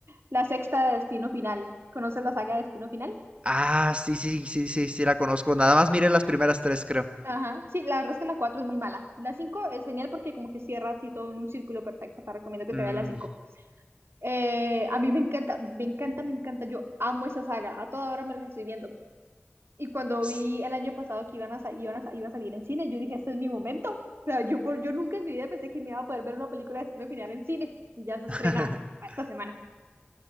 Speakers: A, on the right; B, on the right.
A: la sexta de Destino Final. ¿Conoces la saga de Destino Final?
B: ah, sí, sí, sí, sí, sí la conozco. Nada más miré las primeras tres, creo.
A: Ajá. Sí, la verdad es que la 4 es muy mala. La 5 es genial porque como que cierra así todo en un círculo perfecto. Te recomiendo que
B: Mm,
A: te veas la 5. Eh, a mí me encanta, me encanta, me encanta. Yo amo esa saga. A toda hora me las estoy viendo. Y cuando
B: s-
A: vi el año pasado que iban a, sa- iban a sa- iba a salir en cine, yo dije, este es mi momento. O sea, yo, por, yo nunca en mi vida pensé que me iba a poder ver una película de destino final en cine. Y ya se estrena
B: <laughs>
A: para esta semana.